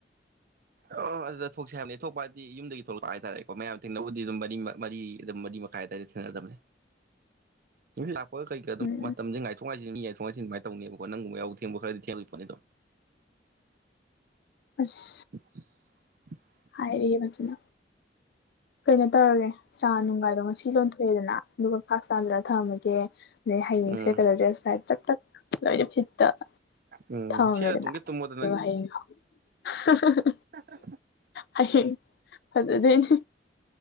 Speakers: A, on the right; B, on the left.
A: ꯑꯣ ꯑꯗꯨꯗ ꯊꯣꯛꯁꯦ ꯍꯥꯏꯕꯅꯦ ꯊꯣꯛꯄ ꯍꯥꯏꯗꯤ ꯌꯨꯝꯗꯒꯤ ꯊꯣꯛꯂꯛꯄ ꯍꯥꯏꯇꯥꯔꯦꯀꯣ ꯃꯌꯥꯝ ꯊꯦꯡꯅꯕꯕꯨꯗꯤ ꯑꯗꯨꯝ ꯃꯔꯤ ꯃꯔꯤ ꯃꯔꯤ ꯃꯈꯥꯏ ꯑꯗꯥꯢ ꯊꯦꯡꯅꯗꯕꯅꯦ
B: <inaudible>
A: ꯂꯥꯛꯄ ꯀꯩꯀ ꯑꯗꯨꯝ
B: ꯎꯝ
A: ꯃꯇꯝꯁꯦ ꯉꯥꯏꯊꯣꯛ ꯉꯥꯢꯁꯤꯟ ꯌꯥꯏ ꯊꯣꯡꯉꯥꯢꯁꯤꯟ ꯑꯗꯨꯃꯥꯏꯅ ꯇꯧꯅꯦꯕꯀꯣ ꯅꯪꯒꯨꯝꯕ ꯌꯥꯍꯧ ꯊꯦꯡꯕ ꯈꯔꯗꯤ ꯊꯦꯡꯂꯤ ꯄꯣꯠꯅꯦ ꯗꯨꯝ
B: ꯑꯁ
A: <inaudible>
B: ꯍꯥꯏꯔꯤꯕꯁꯤꯅ ꯀꯩꯅꯣ ꯇꯧꯔꯒꯦ ꯆꯥ ꯅꯨꯡꯒꯥꯏꯗꯣ ꯉꯁꯤ ꯂꯣꯟꯊꯣꯛꯑꯦꯗꯅ ꯑꯗꯨꯒ ꯐ꯭ꯂꯥꯛꯁꯇ ꯍꯥꯟꯖꯤꯜꯂꯒ ꯊꯝꯃꯝꯃꯒꯦ ꯍꯌꯦꯡꯁꯦ
A: ꯎꯝ
B: ꯀꯂꯔ ꯗ꯭ꯔꯦꯁ ꯀꯥꯏ ꯇꯛ ꯇꯛ ꯂꯣꯏꯅ ꯐꯤꯠꯇ
A: ꯎꯝ
B: ꯊꯝꯃꯝꯃꯦꯗꯅ
A: ꯁꯦꯠꯂ ꯇꯨꯝꯒꯦ ꯇꯨꯝꯃꯣꯗ
B: ꯑꯗꯨꯒ ꯍꯌꯦꯡ ꯍꯦ ꯍꯦ
A: ꯍꯥ ꯍꯥ
B: ꯍꯌꯦꯡ ꯐꯖꯗꯣꯏꯅꯦ